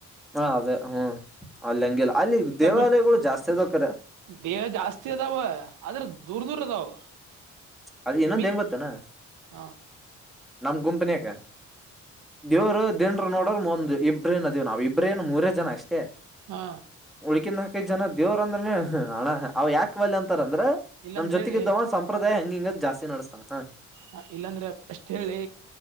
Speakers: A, in the centre; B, on the right (about 80°).
A: ಹಾ ಅದೇ ಹ್ಮ್ ಅಲ್ಲಿ ಹಂಗಿಲ್ಲ ಅಲ್ಲಿ ದೇವಾಲಯಗಳು
B: ತಮ್ಮ
A: ಜಾಸ್ತಿ ಅದಕ್ಕ್ರ
B: ದೇಹ ಜಾಸ್ತಿ ಅದಾವ ಆದದ್ರ ದೂರ್ ದೂರ ಅದಾವ
A: ಅದ ಇನ್ನೊಂದ
B: ಮೀ
A: ಏನ್ ಗೊತ್ತನಾ
B: ಹಾ
A: ನಮ್ ಗುಂಪ್ ನಾಗ ದೇವರು ದನ್ರು ನೋಡ್ರ ಒಂದ್ ಇಬ್ರೇನದೇವ್ ನಾವವು ಇಬ್ರು ಇಬ್್ರೇನ್ ಮೂರೇ ಜನ ಅಷ್ಟೇ
B: ಹಾ
A: ಹುಳಕಿಂದ <unintelligible> ಹಾಕಿದ ಜನ ದೇವ್ರ ಅಂದ್ರನೆ ಹಣ್ಣ ಅವ್ ಯಾಕಕ್ ಬಲ್ ಅಂತಾರ ಅಂದ್ರ
B: ಇಲ್ಲಂದ
A: ನಮ್ ಜೊತೆಗ
B: ಹೇಳಿ
A: ಇದವ ಸಂಪ್ರದಾಯ ಹೆಂಗ ಹಿಂಗ ಜಾಸ್ತಿ ನಡೆಸ್ತಾನೆ
B: ಹ ಇಲ್ಲಾಂದ್ರೆ ಎಷ್ಟ್ ಹೇಳಿ